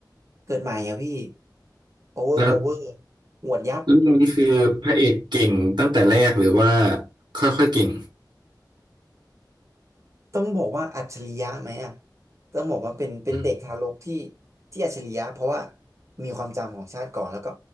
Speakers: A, on the right; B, on the right.
A: เกิดใหม่อ่ะพี่โอเวอร์พาวเวอร์
B: แล้ว
A: หวดยับ
B: เรื่องนี้คือพระเอกเก่งตั้งแต่แรกหรือว่าค่อยๆเก่ง
A: ต้องบอกว่าอัจฉริยะไหมอ่ะต้องบอกว่าเป็นเป็นเด็กทารกที่
B: อืม
A: ที่อัจฉริยะเพราะว่ามีความจำของชาติก่อนแล้วก็